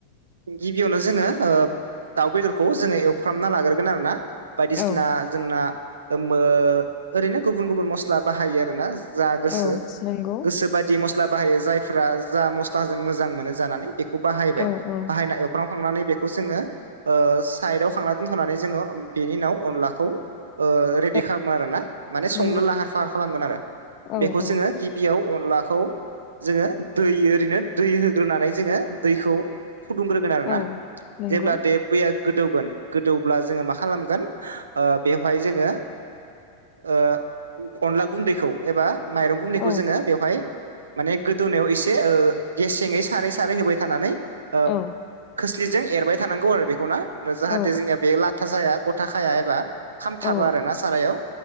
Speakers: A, on the right (about 70°); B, on the left (about 40°).
A: गिबियावनो जोङो ओ दाउ बेदरखौ जोङो एवफ्रामना लागोर खोनादोंना बायदिसिना
B: औ
A: जोंना ओ मो ओरैनो गुबुन गुबुन मस्ला बाहायो आरोना जा गोसो
B: औ नंगौ
A: गोसो बाय दि मस्ला बाहायो जायफ्रा जा मस्लाजों मोजां मोनो जानानै बेखौ बाहायबाय
B: औ औ
A: बाहायनाय फ्रामखांनानै बेखौ जोङो ओ सायदाव दोनथ'नानै जोङो बेनि उनाव अनलाखौ ओ रेदि
B: औ
A: खामो आरोना माने
B: नंगौ
A: संनो लाहार फार खालामगोन आरो
B: औ
A: बेखौ
B: औ
A: जोङो गिबियाव अनलाखौ जोङो दै ओरैनो दै होग्रोनानै जोङो दैखौ फुदुंग्रोगोन आरो
B: औ
A: ना
B: नंगौ
A: जेब्ला दे बैया गोदौगोन गोदौ ब्ला जोङो मा खालामगोन ओ बेवहाय जोङो ओ अनला गुन्दैखौ एबा माइरं गुन्दैखौ
B: औ
A: जोङो बेवहाय माने गोदौनायाव एसे ओ गेसेङै सारै सारै होबाय थानानै ओ
B: औ
A: खोस्लिजों एरबाय थानांगौ आरो बेखौना जाहाथे
B: औ
A: जोंनिया बे लाथा जाया ग' थाखाया एबा खामथाबा
B: औ
A: आरोना सारायाव